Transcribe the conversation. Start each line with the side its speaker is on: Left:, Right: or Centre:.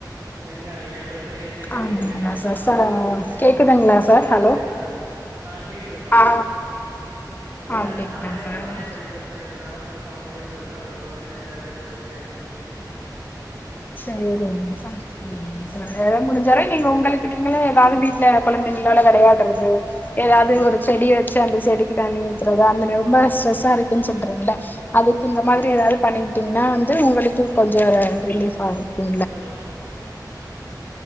Right: ஏங்க எ பிரச் சனைய தீக்கவே
Left: ஆமாங்களா
Right: முடியலைங்கறதுனால
Left: சார்
Right: அவங்களுக்கு
Left: சார்
Right: எந்த பிரச்சனையு
Left: கேக்குதுங்களா சார் ஹலோ
Right: <unintelligible> செய்யறதில்ல ஆ கேக்குது மேம்
Left: ஆ
Right: இல்ல
Left: அப்டிங்களா
Right: நானே
Left: சார்
Right: நானே பெரிய பிரச் சனைல இருக்கனால புதுசா அவுங்களுக்கு எதுவு பிரச்சனை குடுக்கக்கூடாதுனு எந்த வேலையு <unintelligible> செய்றதில்ல
Left: சரி வுடுங்க மிஸ் ஆயிருச்சு ம் <unintelligible> முடிஞ்சளவு நீங்க உங்களுக்கு நீங்களே ஏதாவது வீட்டுல கொழந்தைங்களோட வெளையாடுறது ஏதாது ஒரு செடிய வச்சு அந்த செடிக்கு தண்ணி ஊத்துறதா அந்த ரொம்ப ஸ்ட்ரெஸ்ஸா இருக்குன்னு சொல்றீங்கள அதுக்கு இந்த மாதிரி ஏதாது பண்ணிக்ட்டீங்கன்னா வந்து உங்களுக்கு கொஞ்சோ ரிலீஃபா இருக்கு
Right: லோ